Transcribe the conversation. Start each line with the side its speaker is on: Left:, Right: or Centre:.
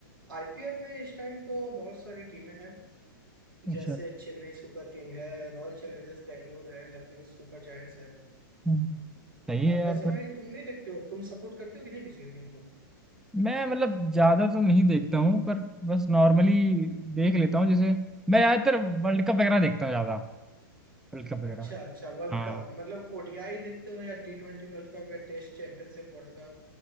Right: आईपीएल में इस टाइम तो बहुत सारी टीमें हैं
Centre: अच्छा
Right: जैसे चेन्नई सुपर किंग है रॉयल चैलेंजर्स बेंगलोर है लखनऊ सुपर जायंट्स है
Centre: हम्म। सही है
Right: अब
Centre: यार
Right: वैसे
Centre: पर
Right: भाई तुम नहीं देखते हो तुम सपोर्ट करते हो कि नहीं किसी टीम को
Centre: मैं मतलब ज्यादा तो नहीं देखता हूँ पर बस नॉर्मली देख लेता हूँ जैसे मैं ज्यादातर वर्ल्ड कप वगैरह देखता हूँ ज्यादा वर्ल्ड कप वगैरह
Right: अच्छा अच्छा वर्ल्ड
Centre: हाँ
Right: कप मतलब ओडीआई देखते हो या टी ट्वेंटी वर्ल्ड कप या टेस्ट चैंपियनशिप वर्ल्ड कप